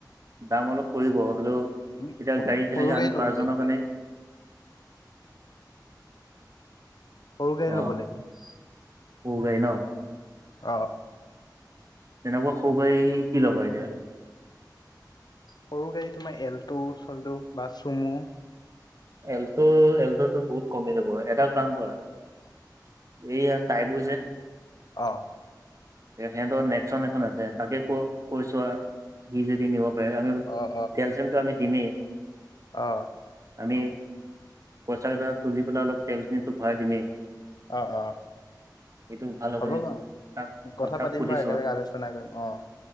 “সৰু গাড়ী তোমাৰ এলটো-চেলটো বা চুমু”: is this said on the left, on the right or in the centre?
Left